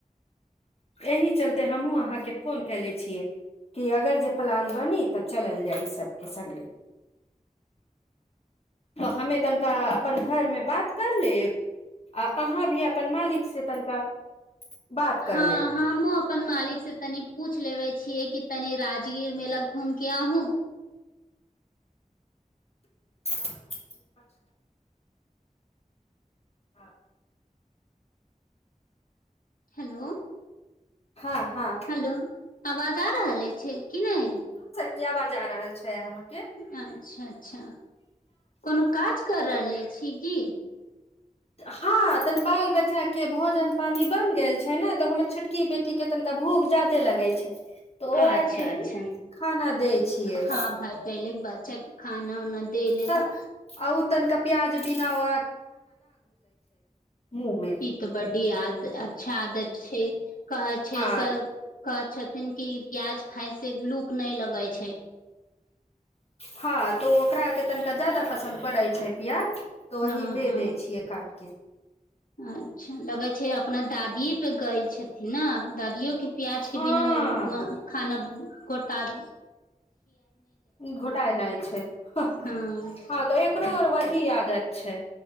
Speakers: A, on the left (about 45°); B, on the left (about 85°).
A: एहि चलते हमहुँ अहाँके फोन कनेे छी अगर जे प्लान बनी तऽ चलल जाइ छै सब से तऽ हमे तनिका अपन घर मे बात कर लेब आ अहाँ भी अपन मालिकसँ तनिका बात कर
B: हँ
A: लेब
B: हमहुँ अपन मालिक से तनि पूछ लेब छियै कि तनि राजगीर मेला घूम के अहू
A: ह <unintelligible> हँ
B: हेलो
A: हँ हँ।
B: हेलो आवाज आ रहल अछि कि नहि?
A: की आवाज आ रहल छै अहाँ
B: अच्छा अच्छा, कोनो काज कर रहले छी किी
A: हँ तनी बाल बच्चाके भोजन पानी बनि गेल छै ने तऽ हमर छोटकी बेटीके तनि भूख जादे लगै छै तऽ ओ
B: अच्छा
A: आके
B: अच्छा
A: ही खाना दै छियै
B: हँ भाय पहिले बच्चा के खाना उना दे ले
A: त
B: बा
A: आउ तनिका प्याज बिना ओ मुँह मे
B: ई त बड याद अच्छा आदत छै कहै छै
A: हँ
B: सर कहै छथि क्यूंकि प्याज खाय से लूक नै लगै छै।
A: हँ त ओकरा आर के तनिका ज्यादा पसन्द पड़ै छै प्याज। त वही
B: हँ
A: दे
B: हँ
A: दै छियै काटके।
B: अच्छा, लगै छै अप अपना दादि पे गेल छथि ने, दादियो के प्याज
A: हँ
B: के बिना खाना कोतारी
A: घोटाइ जाइ छै। हां
B: हँ
A: त एकरो आर वही आदत छै